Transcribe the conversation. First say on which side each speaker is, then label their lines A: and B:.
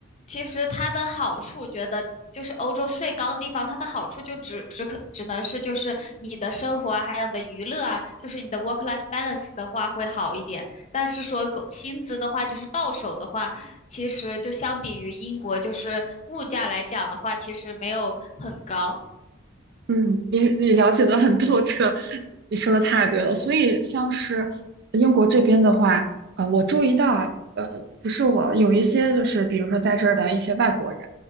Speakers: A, on the left; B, on the right.
A: 其实它的好处，觉得就是欧洲税高的地方，它的好处就只只可只能是就是你的生活啊，还有你的娱乐啊，就是你的 work life balance 的话会好一点。但是说狗薪资的话，就是到手的话，其实就相比于英国，就是物价来讲的话，其实没有很高。
B: 嗯，你你了解的很透彻，你说的太对了。所以像是英国这边的话，呃，我注意到啊，呃，不是我有一些就是比如说在这儿的一些外国人